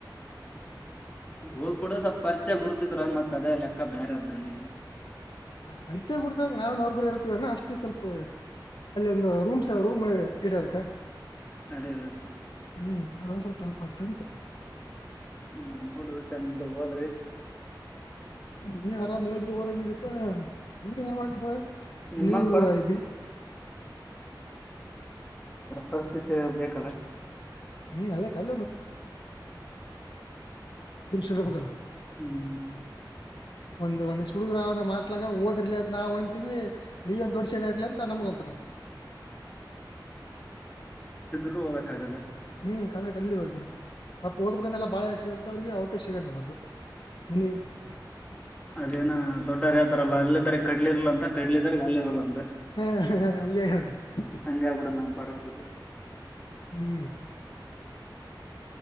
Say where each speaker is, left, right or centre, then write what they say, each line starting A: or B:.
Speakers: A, on the left; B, on the left.
A: ಹೋಗ್ಬಿಡು ಸ್ವಲ್ಪ ಪರಿಚಯ ಗುರ್ತಿದ್ರ ಮತ್ ಅದೇ ಲೆಕ್ಕ ಬೇರೆ ಅದ್ದಲ್ಲಿ
B: <unintelligible>
A: ಅದೇ ಅದೇ ಸರ್.
B: ಹ್ಮ್ ಅದೊಂದ್ ಸ್ವಲ್ಪ ಹೆಲ್ಪ್ ಆತ್ ಅಂತ್.
A: ಹ್ಮ್ ನೋಡುದ್ ಚಂದ ಓದ್ರಿ.
B: <unintelligible>
A: <unintelligible> <unintelligible>
B: ನಿನಗ ಬಿ
A: ಪರಿಸ್ಥಿತಿ ಬೇಕಲ್ಲ
B: <unintelligible> ಅದೃಷ್ಟ ಇರಬೇಕಲ್ಲ
A: ಹ್ಮ್
B: ಒಂದ್ ಒಂದ್ ಇಷ್ಟ್ ಹುಡುಗ್ರ್ ಅವ ನಮ್ ಹಾಸ್ಟ್ಲಾಗ ಓದರ್ಲೆ ಅಂತ ನಾವ್ ಅಂತೀವಿ ನೀವೇನ್ ದೊಡ್ ಶಾಣೆ ಅದ್ಲೇ ಅಂತ್ ನಮ್ಗಂತಾರ್ ಅವ್ರ್
A: ಇಬ್ರು ಓದಕ್ಕಾಗಲ್ಲ.
B: <unintelligible> <unintelligible> <inaudible>
A: ಅದೇನ ದೊಡ್ಡರ್ ಹೇಳ್ತಾರಲ್ಲ ಅಲ್ಲಾತರಿ ಕಟ್ ಹಲ್ಲಿರಲ್ಲಂತ್ ಕಡ್ಲಿ ಇದ್ದರಿಗೆ ಹಲ್ಲಿರಲ್ಲಂತ್
B: <unintelligible>
A: ಹಂಗೆ ಆಗ್ಬಿಟ್ಟದ ನಮ್
B: ಹ್ಮ್
A: ಪರಿಸ್ಥಿತಿ.